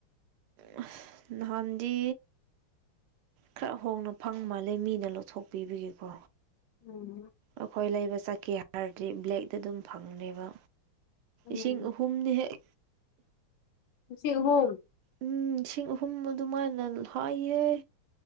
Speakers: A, on the right (about 80°); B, on the left (about 70°).
A: ꯑꯁ ꯅꯍꯥꯟꯗꯤ ꯈꯔ ꯍꯣꯡꯅ ꯐꯪ ꯃꯥꯜꯂꯦ ꯃꯤꯅ ꯂꯧꯊꯣꯛꯄꯤꯕꯒꯤꯀꯣ
B: ꯎꯝ
A: ꯑꯈꯣꯏ ꯂꯩꯕ ꯆꯠꯀꯦ ꯍꯥꯏꯔꯗꯤ ꯕ꯭ꯂꯦꯛꯇ ꯑꯗꯨꯝ ꯐꯪꯕꯅꯦꯕ
B: ꯎꯝ
A: ꯏꯁꯤꯡ ꯑ ꯍꯨꯝꯅꯤ ꯍꯦꯛ
B: ꯂꯤꯁꯤꯡ ꯑꯍꯨꯝ
A: ꯎꯝ ꯂꯤꯁꯤꯡ ꯑꯍꯨꯝ ꯑꯗꯨꯃꯥꯏꯅ ꯍꯥꯏꯌꯦ